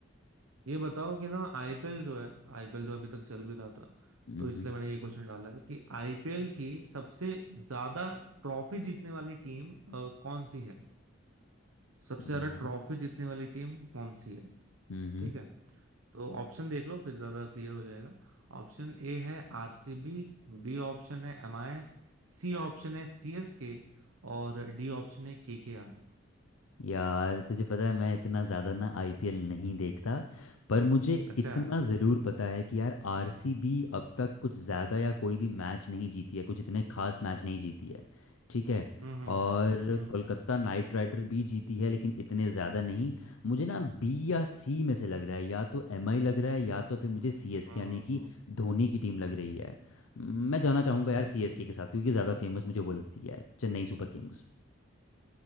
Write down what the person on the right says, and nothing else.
ये बताओ कि ना आईपीएल जो है आईपीएल जो अभी तक चल भी रहा था
तो इसलिए
मैंने ये क्वेश्चन डाला है कि आईपीएल की सबसे ज्यादा ट्रॉफी जीतने वाली टीम कौन सी है सबसे
ज्यादा ट्रॉफी जीतने वाली टीम कौन सी है
ठीक है तो ऑप्शन देख लो फिर ज्यादा क्लियर हो जाएगा ऑप्शन ए है आरसीबी बी ऑप्शन है एमआई सी ऑप्शन है सीएसके और डी ऑप्शन है केकेआर
अच्छा
हम्म हम्म
हम्म
हम्म
हम्म
हम्म
हम्म हम्म,
हम्म,